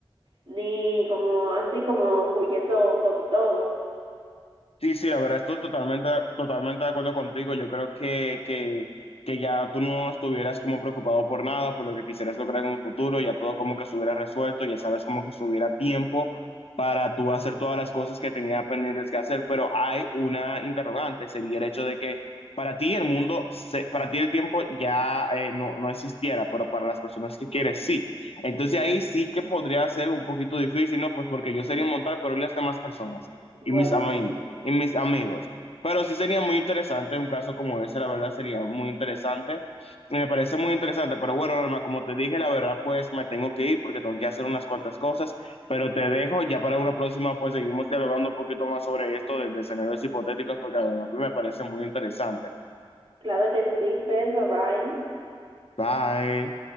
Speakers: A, on the right; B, on the left.
A: ni como así como huyendo con todo.
B: Sí, sí, la verdad, estoy totalmente, totalmente de acuerdo contigo. Yo creo que, que, que ya tú no estuvieras como preocupado por nada, por lo que quisieras lograr en un futuro, ya todo como que estuviera resuelto, ya sabes como que estuviera tiempo para tú hacer todas las cosas que tenía pendientes que hacer, pero hay una interrogante, sería el hecho de que para ti el mundo, se- para ti el tiempo ya eh, no, no existiera, pero para las personas que quieres sí. Entonces ahí sí que podría ser un poquito difícil, ¿no? Pues porque yo sería inmortal, pero y las demás personas
A: Bueno,
B: y mis amigos
A: sí.
B: y mis amigos. Pero sí sería muy interesante un caso como ese, la verdad sería muy interesante. Y Me parece muy interesante, pero bueno, Norma, como te dije, la verdad pues me tengo que ir porque tengo que hacer unas cuantas cosas, pero te dejo, ya para una próxima pues seguimos dialogando un poquito más sobre esto de, de escenarios hipotéticos porque la verdad pues, me parece muy interesante.
A: Claro que sí, Pedro, bye.
B: Bye.